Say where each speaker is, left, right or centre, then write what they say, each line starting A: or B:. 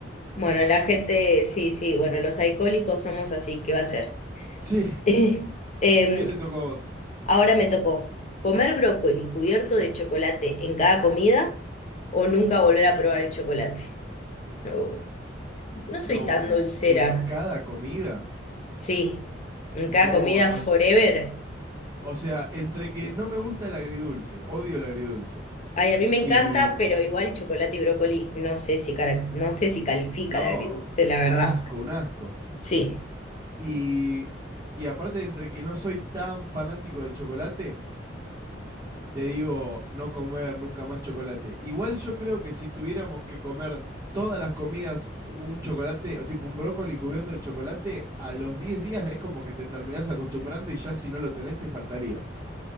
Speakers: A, on the left (about 40°); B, on the right (about 20°).
A: bueno, la gente, sí, sí, bueno, los alcohólicos somos así, ¿qué va a ser?
B: Sí.
A: <laughs> Em,
B: ¿Qué te tocó a vos?
A: Ahora me tocó comer brócoli cubierto de chocolate en cada comida o nunca volver a probar el chocolate. No, no soy
B: No,
A: tan
B: en,
A: dulcera.
B: en cada comida.
A: Sí, en
B: No,
A: cada comida
B: o, s-
A: forever.
B: o sea, entre que no me gusta el agridulce, odio el agridulce.
A: Ay, a mí me encanta,
B: Y
A: pero igual chocolate y brócoli no sé si, cara- no sé si califica
B: No,
A: de agridulce, la
B: un
A: verdad.
B: asco, un asco.
A: Sí,
B: Y, y aparte, entre que no soy tan fanático del chocolate, te digo no comer nunca más chocolate. Igual yo creo que si tuviéramos que comer todas las comidas un chocolate, o tipo un brócoli cubierto de chocolate, a los 10 días es como que te terminás acostumbrando y ya si no lo tenés te faltaría.